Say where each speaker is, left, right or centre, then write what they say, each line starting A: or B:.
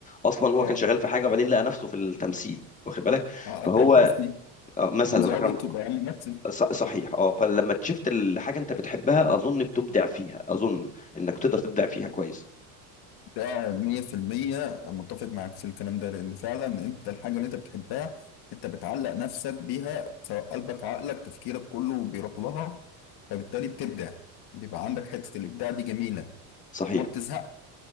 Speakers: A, on the left; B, on the left.
A: اصلا
B: اه
A: هو كان شغال في حاجه وبعدين لقى نفسه في التمثيل واخد بالك
B: آه،
A: فهو
B: اكرم حسني
A: آه، مثلا
B: كان ظابط
A: اكرم
B: وبقى ممثل
A: ص- صحيح اه فلما تشفت الحاجه انت بتحبها اظن بتبدع فيها اظن انك تقدر تبدع فيها كويس
B: ده 100% متفق معاك في الكلام ده لأن فعلا أنت الحاجة اللي أنت بتحبها أنت بتعلق نفسك بيها سواء قلبك عقلك تفكيرك كله بيروح لها فبالتالي بتبدع بيبقى عندك حتة الإبداع دي جميلة
A: صحيح
B: وما بتزهقش